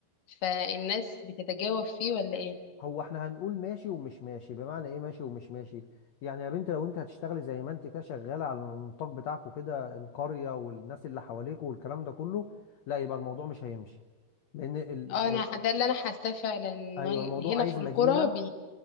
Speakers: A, on the left; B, on the left.
A: فالناس بتتجاوب فيه ولا ايه
B: هو احنا هنقول ماشي ومش ماشي بمعنى ايه ماشي ومش ماشي يعني يا بنت لو انت هتشتغلي زي ما انت كده شغاله على النطاق بتاعك وكده القريه والناس اللي حواليك والكلام ده كله لا يبقى الموضوع مش هيمشي لان ال...
A: اه
B: اه،
A: انا ده اللي انا حاساه فعلا إن
B: ايوه
A: هن-
B: الموضوع
A: هنا
B: عايز
A: في القرى
B: مدينه
A: بي...